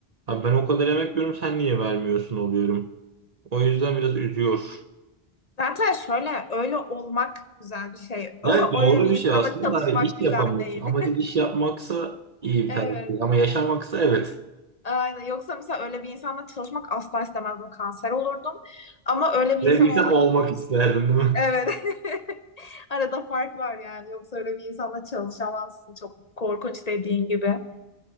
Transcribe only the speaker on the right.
Abi ben o kadar emek veriyorum sen niye vermiyorsun oluyorum. O yüzden biraz üzüyor.
Evet
doğru
bir şey aslında
da hani iş
yapamıyorsun.
Amacın
iş yapmaksa iyi bir
tercih değil. Ama yaşamaksa evet.
Ve
bir insan
olmak isterdim değil mi?